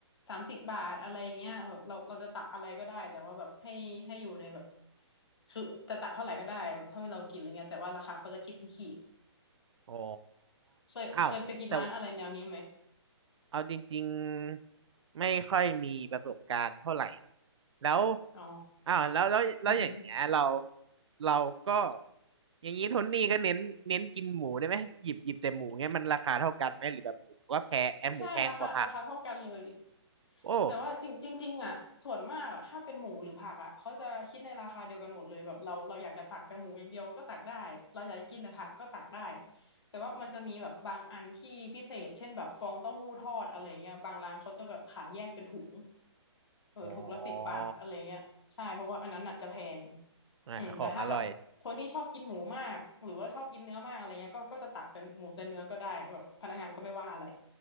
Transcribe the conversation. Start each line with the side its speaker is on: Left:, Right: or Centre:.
Left: สามสิบบาทอะไรเงี้ยแบบเราเราจะตักอะไรก็ได้ แต่ว่าแบบให้ให้อยู่ในแบบคือจะตักเท่าไหร่ก็ได้แบบเท่าที่เรากินอะไรเงี้ยแต่ว่าราคาเขาจะคิดเป็นขีด
Right: อ๋อ
Left: เคยเคยไปกินร้านอะไรแนวนี้ไหม
Right: อ้าวแต่เอาจริงๆไม่ค่อยมีประสบการณ์เท่าไหร่ แล้ว
Left: อ๋อ
Right: อ้าว แล้วแล้วแล้วอย่างเงี้ยเรา
Left: อือหือ
Right: เราก็ อย่างนี้โทนนี่ก็เน้นเน้นกินหมูได้ไหมหยิบหยิบแต่หมูเงี้ยมันราคาเท่ากันไหมหรือแบบหมูก็แพงแอมหมูแพงกว่าผัก
Left: ใช่ราคาราคาเท่ากันเลย
Right: โอ้
Left: แต่ว่าจริงจริงๆอ่ะส่วนมากอ่ะถ้าเป็นหมูหรือผักอ่ะเขาจะคิดในราคาเดียวกันหมดเลยแบบเราเราอยากจะตักแต่หมูอย่างเดียวก็ตักได้เราอยากจะกินแต่ผักก็ตักได้แต่ว่ามันจะมีแบบบางอันที่พิเศษเช่นแบบฟองเต้าหู้ทอดอะไรเงี้ยบางร้านเขาจะแบบขายแยกเป็นถุงเออถุงละสิบบาทอะไรเงี้ยใช่เพราะว่าอันนั้นอ่ะจะแพง
Right: โหอ่าของอร่อย
Left: อืมแต่ถ้าแบบโทนี่ชอบกินหมูมากหรือว่าชอบกินเนื้อมากอะไรเงี้ยก็ก็จะตักแต่หมูแต่เนื้อก็ได้แบบพนักงานก็ไม่ว่าอะไร